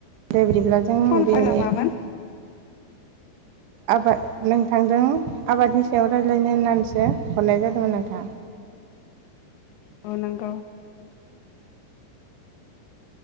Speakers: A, on the right; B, on the left.
A: दे बिदिब्लाजों
B: फन
A: दिनि
B: खालामामोन
A: आबाद नोंथांजों आबादनि सायाव रायज्लायनो होननानैसो हरनाय जादोंमोन नोंथां
B: औ नांगौ